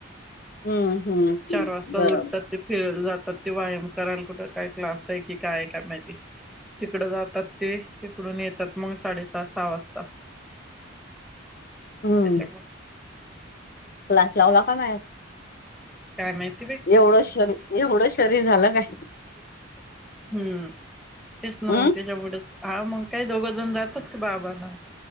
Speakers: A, on the left; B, in the centre.
A: हम्म हम्म. हम्म
B: चार वाजता
A: बरोबर
B: उरतात. ते फिरयला जातात ते व्यायाम करायला कुठं काय क्लास आहे की काय काय माहिती तिकड जातात ते तिकडून येतात मग साडेसहा सहा वाजता
A: हम्म
B: त्याच्या प
A: क्लास लावला का माॅ.
B: कायमेट
A: एवढं शरी एवढं शरीर झालं काय?
B: हम्म तेच ना
A: हम्म
B: मग त्याच्या पुढंच. ह मग काही दोघं जण जातात ते बाबाांना